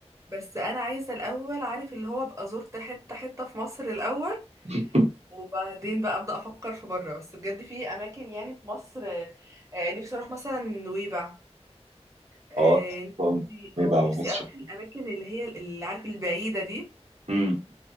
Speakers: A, on the right; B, on the right.
A: بس انا عايزه الاول عارف اللي هو ابقى زرت حته حته في مصر الاول
B: <laughs>
A: وبعدين بقى ابدا افكر في بره بس بجد في اماكن يعني في مصر آه، آه، نفسي اروح مثلا نويبع آه،
B: اه
A: نفسي
B: طبعاً. ما يبعوش
A: اه نفسي اروح الاماكن اللي هي اللي عارف البعيده دي
B: امم